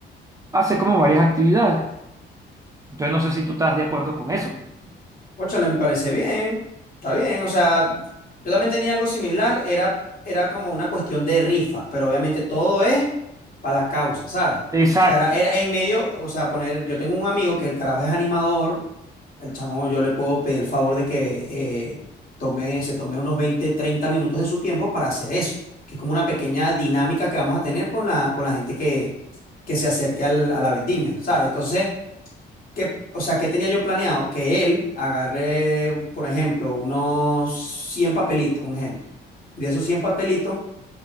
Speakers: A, on the right; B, on the left.
A: hace como varias actividades. Entonces, no sé si tú estás de acuerdo con eso. pues.
B: Cónchale, me parece bien, está bien. O sea, yo también tenía algo similar, era, era como una cuestión de rifa, pero obviamente todo es para la causa, ¿sabes? O
A: Exacto,
B: sea, era, era en medio, o sea, poner, yo tengo un amigo que el carajo es animador, el chamo yo le puedo pedir el favor de que eh, tome, se tome unos 20 30 minutos de su tiempo para hacer eso, que es como una pequeña dinámica que vamos a tener con la, con la gente que, que se acerque al- a la vendimia, ¿sabes? Entonces... ¿Qué, o sea, qué tenía yo planeado? Que él agarre, por ejemplo, unos 100 papelitos, un ejemplo. Y de esos 100 papelitos